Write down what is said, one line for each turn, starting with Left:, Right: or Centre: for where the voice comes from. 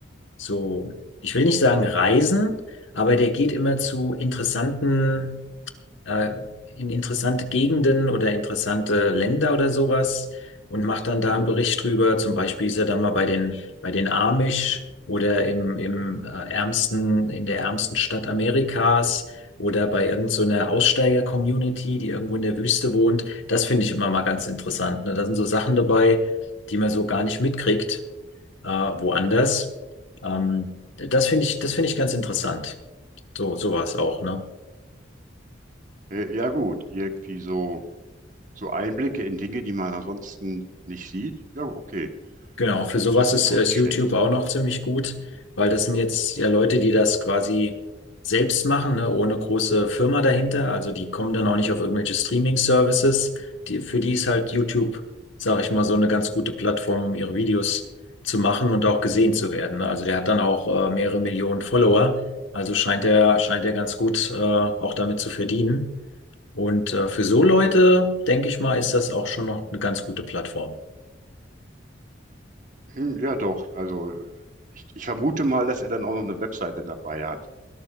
Left: so, ich will nicht sagen Reisen, aber der geht immer zu interessanten äh, in interessante Gegenden oder interessante Länder oder sowas und macht dann da einen Bericht drüber. Zum Beispiel ist er dann mal bei den, bei den Amish oder im, im äh, ärmsten, in der ärmsten Stadt Amerikas oder bei irgendeiner so Aussteiger-Community, die irgendwo in der Wüste wohnt. Das finde ich immer mal ganz interessant. Ne? Da sind so Sachen dabei, die man so gar nicht mitkriegt, äh, woanders. Ähm, das finde ich, das finde ich ganz interessant. So, sowas auch, ne?
Right: Äh, ja gut, irgendwie so, so Einblicke in Dinge, die man ansonsten nicht sieht. Ja, okay,
Left: Genau, für sowas
Right: das
Left: ist,
Right: ist auch
Left: äh,
Right: nicht
Left: ist YouTube
Right: schlecht.
Left: auch noch ziemlich gut, weil das sind jetzt ja Leute, die das quasi selbst machen, ne, ohne große Firma dahinter. Also die kommen dann auch nicht auf irgendwelche Streaming-Services. Die, für die ist halt YouTube, sage ich mal, so eine ganz gute Plattform, um ihre Videos zu machen und auch gesehen zu werden. Ne? Also der hat dann auch äh, mehrere Millionen Follower. Also scheint er, scheint er ganz gut äh, auch damit zu verdienen. Und äh, für so Leute, denke ich mal, ist das auch schon noch eine ganz gute Plattform.
Right: Hm, ja doch, also äh, ich, ich vermute mal, dass er dann auch noch eine Webseite dabei hat,